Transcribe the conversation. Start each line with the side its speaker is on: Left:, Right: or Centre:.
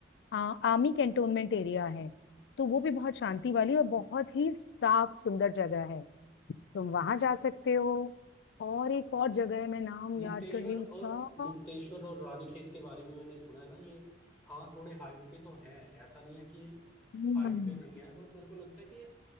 Left: आ, आर्मी कैंटोनमेंट एरिया है तो वो भी बहुत
Centre: अ-
Left: शांति वाली और बहुत ही साफ सुंदर जगह है तुम वहां जा सकते हो और एक और जगह है मैं नाम
Centre: मुक्तेश्वर
Left: याद कर रही हूँ
Centre: और
Left: उसका
Centre: मुक्तेश्वर और रानीखेत के बारे में मैंने सुना है ना ये हाँ थोड़े हाइट पे तो हैं ऐसा नहीं है कि ये
Left: हम्म
Centre: हाइट पे नहीं है पर मेरे को लगता है कि